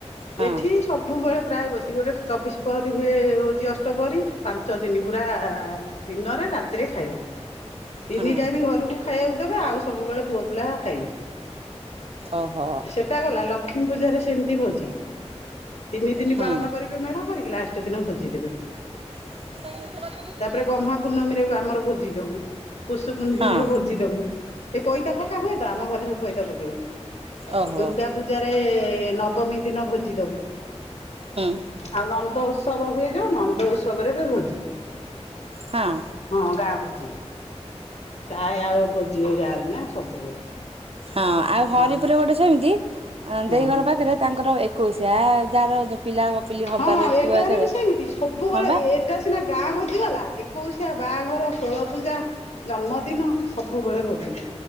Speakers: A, on the right (about 55°); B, on the left (about 70°).
A: ହଁ
B: ଏଠି ସବୁବେଳେ ପ୍ରାୟ ବସି ଗୋଟେ ଚବିଶ ପହରୀ ହୁଏ ହଉଛି ଅଷ୍ଟ ପହରୀ ପାଞ୍ଚ ଦିନ ନି ପୁରା ଦିନରେ ରାତିରେ ଖାଇବା ତିନି
A: ହଁ
B: ଟାମ ଘରକୁ ଖାଇବାକୁ ଦେବେ ଆଉ ସବୁବେଳେ ପୁଅ ପିଲା ଖାଇବେ
A: ଓହୋ
B: ସେଟା ଗଲା ଲକ୍ଷ୍ମୀ ପୂଜାରେ ସେମିତି ଭୋଜି ତିନି ଦିନ
A: ହୁଁ
B: ପାଳନ କରିବେ ମେଢ କରିକି ଲାଷ୍ଟ ଦିନ ଭୋଜି ଦେବେ
A: <unintelligible>
B: ତାପରେ ଗହ୍ମା ପୂର୍ଣ୍ଣମୀରେ ଆମର ଭୋଜି ଦବୁ ପୁଷ ପୂର୍ଣ୍ଣିମିରେ
A: ହଁ
B: ଭୋଜି ଦବୁ ଏଇ ପଇତା ପକା ହୁଏ ତ ଆମ ଘରେ ସବୁ ପଇତା ପକେଇବେ
A: ଓହୋ
B: ଦୁର୍ଗା ପୂଜାରେ ନବମୀ ଦିନ ଭୋଜି ଦବୁ
A: ହୁଁ
B: ଆଉ ନନ୍ଦ ଉତ୍ସବ ହୁଏ ଯୋଉଁ ନନ୍ଦ ଉତ୍ସବରେ ଭୋଜି
A: ହଁ
B: ହଁ ଗାଁ ଭୋଜି। ପ୍ରାୟ ଆଉ ଭୋଜି ଏ ଗାଁ ରେ ନା ସବୁବେଳେ
A: ହଁ ଆଉ ହରିପୁର
B: ହଁ
A: ଗୋଟେ ସେମିତି
B: ହଁ।
A: ଦେଇ ଘର ପାଖରେ ତାଙ୍କର ଏକୋଇଶିଆ ଯାହାର ପିଲା ପିଲି ହବାରେ
B: ହଁ ଏ
A: ଥିବ
B: ଗାଁ
A: ଯେତେବେଳେ
B: ରେ ବି ସେମିତି ସବୁବେଳେ
A: ହଁ ବା
B: ଏଟା ସିନା ଗାଁ ଭୋଜିଗଲା ଏକୋଇଶିଆ ବାହାଘର ଷୋଳ ପୂଜା ଜନ୍ମଦିନ ସବୁବେଳେ ଭୋଜି।